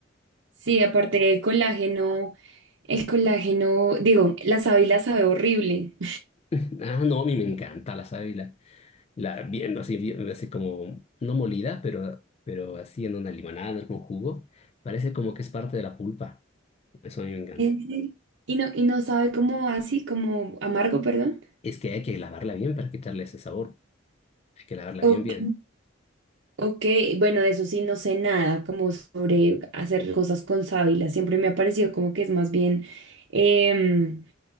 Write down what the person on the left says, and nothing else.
<laughs> Ah, no, a mí me encanta la sábila. La viendo así, bien- así como, no molida, pero, pero así en una limonada, en un jugo, parece como que es parte de la pulpa. Eso a mí me encanta.
Es que hay que lavarla bien para quitarle ese sabor. Hay que lavarla
bien, bien.